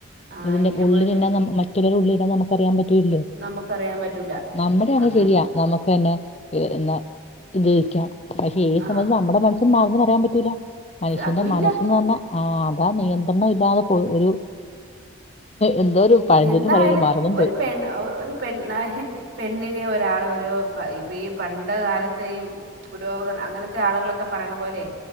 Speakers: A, on the right; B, on the left.
A: ആ
B: അതിന്റെ
A: ഇങ്ങനെ
B: ഉള്ളിൽ
A: പോയി
B: തന്ന മറ്റുള്ളരു ഉള്ളില നമുക്ക്റിയാൻ പറ്റു പറ്റല്ല
A: നമുക്കറിയാൻ പറ്റൂല
B: നമ്മുടെ അങ്
A: അങ്ങനെ
B: ശരിയാ നമുക്ക്ന്നെ എന്നാ ഇത്ക്കാം പക്ഷെ ഈ
A: ആ
B: സമയത്ത് നമ്മുടെ മനസ്സിന് മാറന്ന് പറയാൻ പറ്റൂല മനുഷ്യന്റെ
A: അതും ഇല്ല
B: മനസ്സന്ന് പറഞ്ഞാ ആ അതാ നിയന്ത്രണ ഇല്ലാതെ പോ ഒരു എന്തോ ഒരു പഴഞ്ചൊല്ല്
A: എന്തായാലും
B: പറയൂലേ മറന്നും
A: ഒരു
B: പോയി
A: പെ ഒരു പെണ്ണായി പെണ്ണിനെ ഒരാള ഒരു ഇപ്പോം ഈ പണ്ട കാലത്തെ ഈ പുരോഗ അങ്ങനത്തെ ആളുകളൊക്കെ പറയണ പോലെ